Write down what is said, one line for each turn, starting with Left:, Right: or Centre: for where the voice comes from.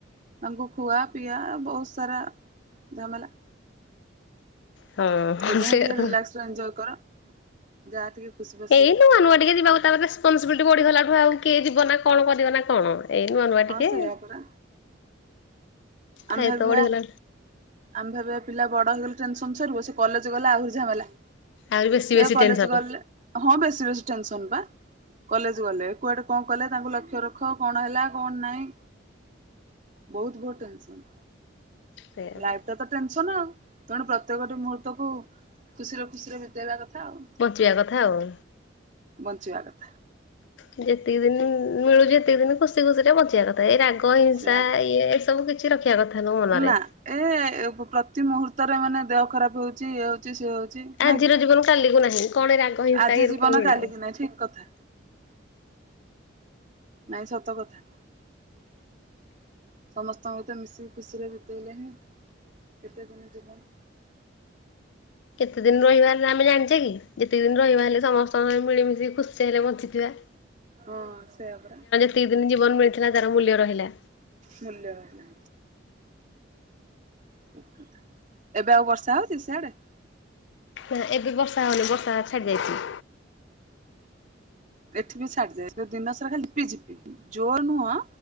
Right: ତାଙ୍କୁ ଖୁଆ ପିଆ ବହୁତ ସାରା ଝାମେଲା।
Left: ହଁ
Right: ଏବେ
Left: ସେଇଆ
Right: ହିଁ ଟିକେ
Left: ତ।
Right: ରିଲାକ୍ସ ରେ ଏଞ୍ଜୟ୍ କର ଯାହା ଟିକେ ଖୁସି, ବାସି
Left: ଏଇ
Right: ହୁଅ।
Left: ନୂଆ ନୂଆ ଟିକେ ଯିବାକୁ ତା ରେସପନସିବିଲିଟି ବଢିଗଲା ଠୁ ଆଉ କିଏ ଯିବ ନା କଣ କରିବ ନା କଣ। ଏଇ ନୂଆ ନୂଆ
Right: ହଁ
Left: ଟିକେ,
Right: ସେଇଆ ପରା
Left: ଦାୟିତ୍ୱ
Right: ଆମେ ଭାବିବା
Left: ବଢିଗଲା
Right: ଆମେ ଭାବିବା ପିଲା ବଡ ହେଇଗଲେ ଟେନସନ ସରିବ ସେ କଲେଜ ଗଲେ ଆହୁରି ଝାମେଲା।
Left: ଆହୁରି ବେଶୀ ବେଶୀ
Right: ଏ କଲେଜ
Left: ଟେନସନ
Right: ଗଲେ ହଁ ବେଶୀ ବେଶୀ ଟେନସନ ପା, କଲେଜ ଗଲେ କୁଆଡେ କଣ କଲେ ତାଙ୍କୁ ଲକ୍ଷ୍ୟ ରଖ କଣ ହେଲା କଣ ନାଇଁ। ବହୁତ ବହୁତ ଟେନ୍ସନ୍
Left: ସେଇଆ
Right: ଲାଇଫି
Left: ବା
Right: ତ ତ ଟେନସନ ଆଉ ତେଣୁ ପ୍ରତ୍ୟେକଟି ମୁହୂର୍ତ କୁ ଖୁସିରେ ଖୁସିରେ ବିତେଇବା କଥା ଆଉ।
Left: ବଞ୍ଚିବା କଥା ଆଉ।
Right: ବଞ୍ଚିଵା କଥା।
Left: ଯେତିକି ଦିନ ମିଳୁଛି ଯେତିକି ଦିନ ଖୁସି ଖୁସି ଟା ବଚିବା କ ଏଇ ରାଗ ହିଂସା
Right: ସେୟା
Left: ଇଏ ଏ ସବୁ କିଛି ରଖିବା କଥା ହେଲା ମୋ ମନରେ।
Right: ନା ଏ ପ୍ରତି ମୁହୂର୍ତ୍ତରେ ମାନେ ଦେହ ଖରାପ ହଉଛି ଇଏ ହଉଛି ସେ ହଉଛି। ନାଇଁ
Left: ଆଜିର
Right: କି?
Left: ଜୀବନ କାଲିକୁ ନାହିଁ କଣ ରାଗ ହିଂସା
Right: ଆଜି
Left: ଇଏରୁ
Right: ଜୀବନ
Left: କଣ ମିଳିବ।
Right: କାଲ କି ନହିଁ ଠିକ କଥା। ନାଇଁ ସତ କଥା। ସମସ୍ତଙ୍କୁ ତ ମିଶିକି ଖୁସିରେ ବିତେଇଲେ ହିଁ କେତେ ଦିନ ଯିବନ
Left: କେତେ ଦିନ ରହିବ ହେଲେ ଆମେ ଜାଣିଛେ କି ଯେତେ ଦିନ ରହିବା ହେଲେ ସମସ୍ତଙ୍କ ମିଳିମଶି ଖୁସି ସେହରେ ବଞ୍ଚିଥିବା।
Right: ହଁ ସେୟା ପରା।
Left: ଦି ଦିନ ଜୀବନ ମିଳିଥିଲା ତାର ମୂଲ୍ୟ ରହିଲା।
Right: ମୂଲ୍ୟ ରହିଲା। ଥା ଏବେ ଆଉ ବର୍ଷା ହଉଛି ସିଆଡେ।
Left: ନା ଏବେ ବର୍ଷା ହଉନି ବର୍ଷା ଛାଡି ଯାଇଛି।
Right: ଏଠି ବି ଛାଡିଯାଏ ଯୋଉ ଦିନସାରା ଖାଲି ଲିପିିପି ଯୋର ନୁହଁ।